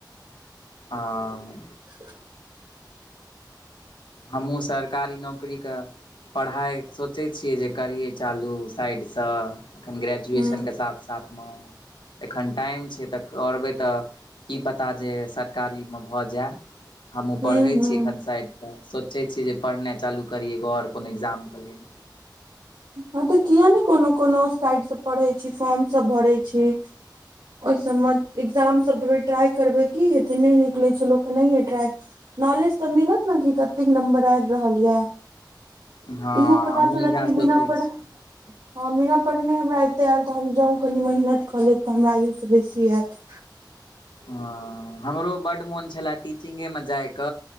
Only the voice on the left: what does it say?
हं
हमहुँ सरकारी नौक करीक पढ़ाइ सोचै छियै जे करियै चालू साइडसँ एखन ग्रेजुएशनके
साथ साथ मं एखन टाइम छै तऽ करबै तऽ की पता जे सरकारी में भऽ जाय हमहु पढ़ै
छी एखन साइडसँ सोचै छी जे पढ़ना चालू करिय आओर कोनो एक्जाम के लेल
हँ
हमहूँ
इएह
सोचै
छी
हं हमरो बड्ड मोन छलए टीचिंगेमे जायक